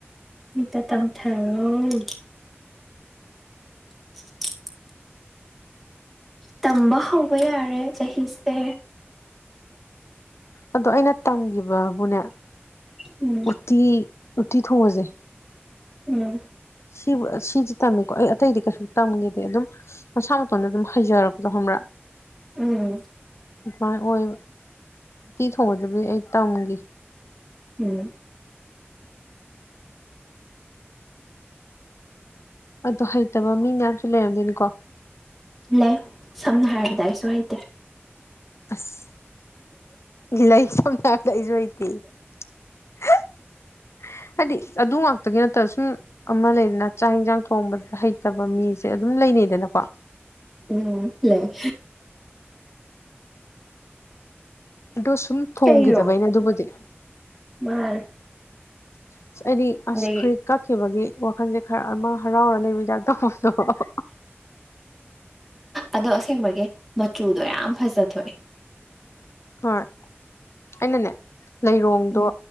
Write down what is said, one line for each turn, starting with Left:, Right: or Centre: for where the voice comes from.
Centre: ꯃꯤꯠꯇ ꯇꯝꯊꯔꫭ <inaudible> ꯇꯝꯕ ꯍꯧꯕ ꯌꯥꯔꯦ ꯆꯍꯤꯁꯦ
Left: ꯑꯗꯣ ꯑꯩꯅ ꯇꯝꯒꯤꯕꯕꯨꯅꯦ
Centre: ꯎꯝ
Left: ꯇꯤ ꯎꯇꯤ ꯊꯣꯡꯕꯖꯦ
Centre: ꯎꯝ
Left: ꯁꯤꯕꯨ ꯑ ꯁꯤꯖꯤ ꯇꯝꯃꯤꯀꯣ ꯑꯩ ꯑꯇꯩꯗꯤ ꯀꯩꯁꯨꯝ ꯇꯝꯒꯤꯗꯦ ꯑꯗꯨꯝ ꯃꯁꯥ ꯃꯇꯣꯟꯗ ꯑꯗꯨꯝ ꯍꯩꯖꯔꯛ ꯗꯣ ꯍꯪꯕ꯭ꯔꯥ
Centre: ꯎꯝ
Left: ꯑꯗꯨꯃꯥꯏꯅ ꯑꯣꯏꯕ ꯎꯇꯤ ꯊꯣꯡꯕꯗꯨꯕꯨꯗꯤ ꯑꯩ ꯇꯝꯒꯤ
Centre: ꯎꯝ
Left: ꯑꯗꯨ ꯍꯩꯇꯕ ꯃꯤ ꯃꯌꯥꯝꯁꯨ ꯂꯩꯔꯝꯗꯣꯏꯅꯤꯀꯣ
Centre: ꯂꯩ ꯁꯝꯅ ꯍꯥꯏꯔꯕꯗ ꯑꯩꯁꯨ ꯍꯩꯇꯦ
Left: ꯑꯁ ꯂꯩ ꯁꯝꯅ ꯍꯥꯏꯔ ꯗ ꯑꯩꯖꯨ ꯍꯩꯇꯦꯌꯦ <unintelligible> ꯍꯥꯏꯗꯤ ꯑꯗꯨ ꯉꯥꯛꯇꯒꯤ ꯅꯠꯇꯅ ꯁꯨꯝ ꯑꯃ ꯂꯩꯗꯅ ꯆꯥꯛ ꯌꯦꯟꯁꯥꯡ ꯊꯣꯡꯕ ꯍꯩꯇꯕ ꯃꯤꯁꯦ ꯑꯗꯨꯝ ꯂꯩꯅꯩꯗꯅꯀꯣ
Centre: ꯎꯝ ꯂꯩ
Left: ꯑꯗꯨ ꯁꯨꯝ ꯊꯣꯡꯈꯤꯗꯕꯩꯅꯤ
Centre: ꯀꯩꯔꯣ
Left: ꯑꯗꯨꯕꯨꯗꯤ
Centre: ꯃꯥꯅꯦ
Left: ꯑꯁ ꯑꯩꯗꯤ ꯑꯁ
Centre: ꯑꯗꯒꯤ
Left: ꯐꯨꯔꯤꯠ ꯀꯛꯈꯤꯕꯒꯤ ꯋꯥꯈꯜꯁꯦ ꯈꯔ ꯑꯃ ꯍꯔꯥꯎꯔ ꯂꯩꯕꯒꯤ ꯗꯥꯞ ꯇꯧꯕꯗꯣ
Centre: ꯑꯗꯣ ꯑꯁꯦꯡꯕꯒꯤ ꯃꯆꯨꯗꯣ ꯌꯥꯝ ꯐꯖꯊꯣꯛꯑꯦ꯫
Left: ꯍꯣꯏ ꯑꯩꯅꯅꯦ ꯂꯩꯔꯣꯡꯗꯣ
Centre: ꯎꯝ